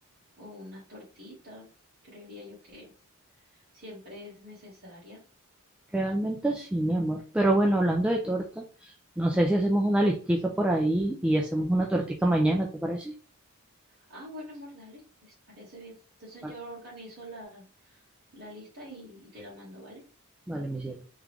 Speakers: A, on the right (about 45°); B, in the centre.
A: o una tortita, creería yo que siempre es necesaria.
B: Realmente sí, mi amor. Pero bueno, hablando de torta, no sé si hacemos una listica por ahí y hacemos una tortica mañana, ¿te parece?
A: Ah, bueno, amor, dale, me parece bien. Entonces
B: Vale,
A: yo organizo la, la lista y y te la mando, ¿vale?
B: vale, mi cielo.